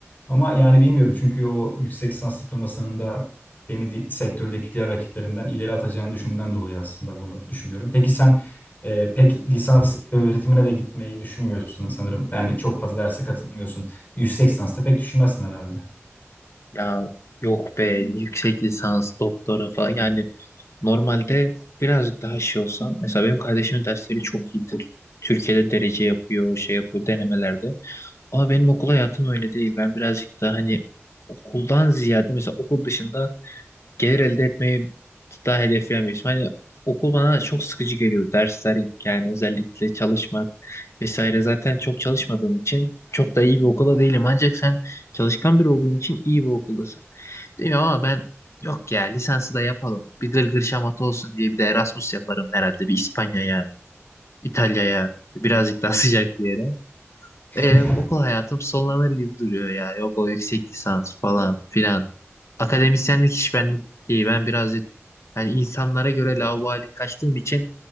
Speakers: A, on the left; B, on the left.
A: Ama yani bilmiyorum çünkü o yüksek lisans diplomasının da beni di- sektördeki diğer rakiplerimden ileri atacağını düşündüğümden dolayı aslında bunu düşünüyorum. Peki sen e, pek lisans öğretimine de gitmeyi düşünmüyorsun sanırım. Yani çok fazla derse katılmıyorsun. Yüksek lisansta pek düşünmezsin herhalde.
B: Ya yok be yüksek lisans, doktora falan yani normalde birazcık daha şey olsam mesela benim kardeşimin dersleri çok iyidir. Türkiye'de derece yapıyor, şey yapıyor denemelerde. Ama benim okul hayatım öyle değil. Ben birazcık daha hani okuldan ziyade mesela okul dışında gelir elde etmeyi daha hedefleyemiyorsun. Hani okul bana çok sıkıcı geliyor. Dersler yani özellikle çalışmak vesaire. Zaten çok çalışmadığım için çok da iyi bir okula değilim. Ancak sen çalışkan biri olduğun için iyi bir okuldasın. Değil mi? ama ben yok ya lisansı da yapalım. Bir gırgır şamata olsun diye bir de Erasmus yaparım herhalde. Bir İspanya'ya, İtalya'ya birazcık daha <laughs> sıcak bir yere.
A: <laughs>
B: E, okul hayatım sonlanır gibi duruyor ya. Yok o yüksek lisans falan filan. Akademisyenlik hiç benlik değil. Ben birazcık hani insanlara göre laubali kaçtığım için